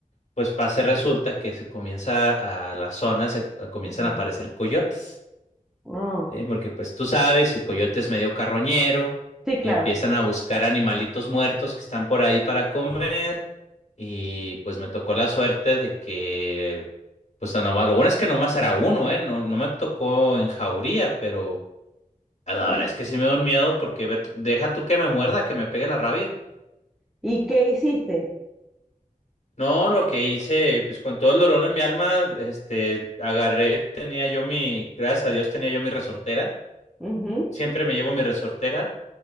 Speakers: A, on the left; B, in the centre.
A: pues pasa y resulta que se comienza a las zonas, se, a- comienzan
B: ujú,
A: a aparecer coyotes,
B: ah.
A: ¿sí? Porque pues tú sabes, el coyote es medio carroñero
B: Sí, claro.
A: y empiezan a buscar animalitos muertos que están por ahí para comer. Y pues me tocó la suerte de que, pues a nomás- lo bueno es que nomás era uno, ¿eh? No, no me tocó en jauría, pero Ah, La
B: ¿Y,
A: verdad es que sí me da un miedo porque ve- deja tú que me muerda, que me pegue la rabia.
B: y qué hiciste?
A: No, lo que hice, pues con todo el dolor de mi alma, este, agarré, tenía yo mi, gracias a Dios tenía yo mi resortera,
B: Ujú.
A: siempre me llevo mi resortera